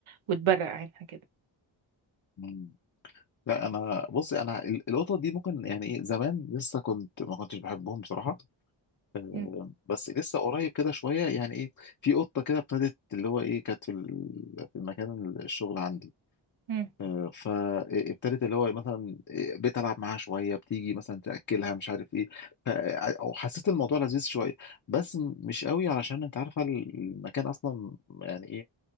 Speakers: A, on the right; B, on the left.
A: وتبرق عينها كده
B: مم. لا انا بصي انا ال- القطط دي ممكن يعني ايه زمان لسه كنت ما كنتش بحبهم بصراحه آه،
A: مم.
B: بس لسه قريب كده شويه يعني ايه في قطه كده ابتدت اللي هو ايه كانت في ال- في المكان الشغل عندي
A: مم.
B: آه، فابتدت اللي هو مثلا آه، بقيت العب معاها شويه بتيجي مثلا تاكلها مش عارف ايه ف- آه، او حسيت الموضوع لذيذ شويه بس م- مش قوي علشان انت عارفه المكان اصلا يعني ايه